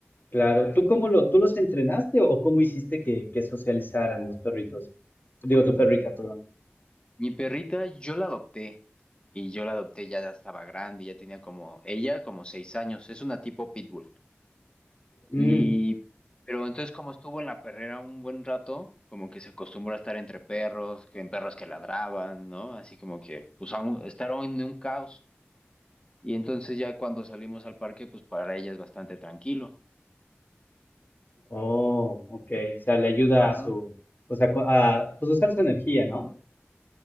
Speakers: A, on the left (about 50°); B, on the left (about 25°).
A: Claro, ¿tú cómo lo, tú los entrenaste o cómo hiciste que, que socializaran los perritos? Digo, tu perrita, perdón.
B: Mi perrita, yo la adopté. Y yo la adopté, ya estaba grande, ya tenía como, ella como seis años. Es una tipo pitbull.
A: Mm,
B: Y, pero entonces como estuvo en la perrera un buen rato, como que se acostumbró a estar entre perros, que en perros que ladraban, ¿no? Así como que, pues, aún- estaron en un caos. Y entonces ya cuando salimos al parque, pues para ella es bastante tranquilo.
A: oh, ok, o sea, le ayuda
B: Ajá.
A: a su, o sea, cu- a, pues usar su energía, ¿no?